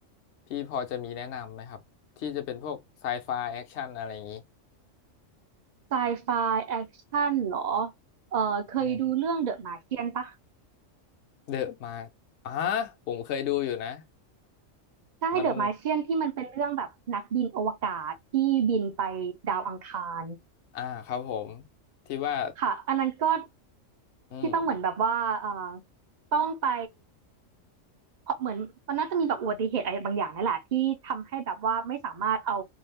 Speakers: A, on the left (about 65°); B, on the right (about 55°).
A: พี่พอจะมีแนะนำไหมครับที่จะเป็นพวกไซไฟแอคชั่นอะไรอย่างนี้
B: ไซไฟแอคชั่นเหรอเออเคยดูเรื่อง
A: อืม
B: The Martian ปะ
A: เดอะมาอ่าผมเคยดูอยู่นะ
B: ใช่เดอะมาเชียนที่มันเป็นเรื่องแบบนักบินอวกาศที่บินไปดาวอังคาร
A: มันอ่าครับผมที่ว่า
B: ค่ะอันนั้นก็
A: อืม
B: ที่ต้องเหมือนแบบว่าเออต้องไปเพราะเหมือนมันน่าจะมีแบบอุบัติเหตุอะไรบางอย่างนั่นแหละที่ทำให้แบบว่าไม่สามารถเอา